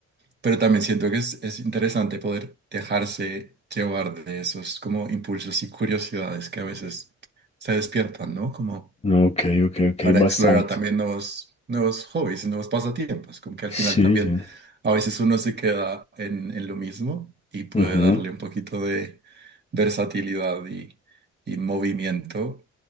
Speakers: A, on the right; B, on the left.
A: pero también siento que es, es interesante poder dejarse llevar de esos como impulsos y curiosidades que a veces se despiertan, ¿no? Como
B: Ok, ok, ok,
A: para
B: bastante.
A: explorar también nuevos, nuevos hobbies y nuevos pasatiempos, como que al
B: Sí,
A: final también
B: sí.
A: a veces uno se queda en, en lo mismo y puede
B: Ujú,
A: darle un poquito de versatilidad y, y movimiento